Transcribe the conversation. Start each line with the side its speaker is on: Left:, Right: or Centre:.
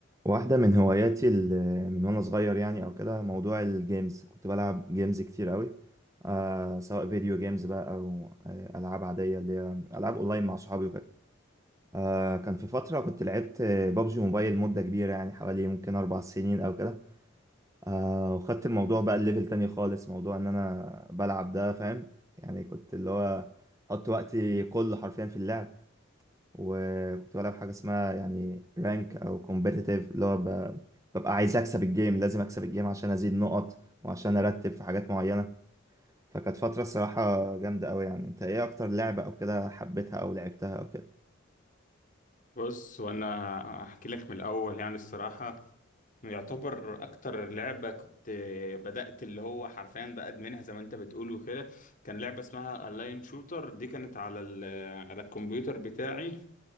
Right: واحدة من هواياتي ال- من وأنا صغير يعني أو كده موضوع الجيمز كنت بلعب جيمز كتير قوي آه سواء فيديو جيمز بقى أو آه ألعاب عادية اللي هي ألعاب أونلاين مع صحابي وكده آه كان في فترة كنت لعبت بابجي موبايل مدة كبيرة يعني حوالي ممكن أربع سنين أو كده آه وخدت الموضوع بقى الليفل تاني خالص موضوع إن أنا بلعب ده فاهم يعني كنت اللي هو حط وقتي كله حرفيا في اللعب وكنت بلعب حاجة اسمها يعني رانك أو كومبيتيتيف اللي هو ب- ببقى عايز أكسب الجيم لازم أكسب الجيم عشان أزيد نقط وعشان أرتب في حاجات معينة فكانت فترة الصراحة جامدة أوي يعني أنت إيه أكتر لعبة أو كده حبيتها أو لعبتها أو كده؟
Left: بص وانا هحكي لك من الاول يعني الصراحه يعتبر اكتر لعبه كنت بدات اللي هو حرفيا بقى ادمنها زي ما انت بتقول وكده كان لعبه اسمها اللاين شوتر دي كانت على ال- على الكمبيوتر بتاعي